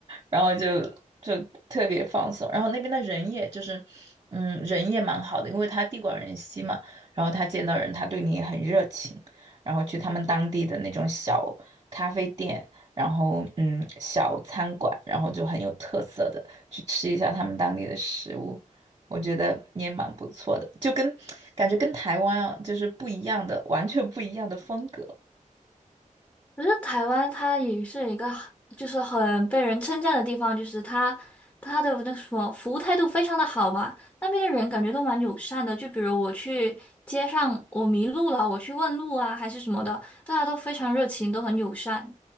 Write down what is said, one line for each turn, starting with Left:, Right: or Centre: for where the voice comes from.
Right: 然后就就特别放松。然后那边的人也就是，嗯，人也蛮好的，因为他地广人稀嘛，然后他见到人他对你也很热情，然后去他们当地的那种小咖啡店。然后嗯，小餐馆，然后就很有特色的。去吃一下他们当地的食物，我觉得也蛮不错的，就跟感觉跟台湾啊，就是不一样的，完全不一样的风格。
Left: 可是台湾它也是一个，就是很被人称赞的地方，就是它它的那什么服务态度非常的好吧，那边的人感觉都蛮友善的。就比如我去街上我迷路了，我去问路啊，还是什么的，大家都非常热情，都很友善。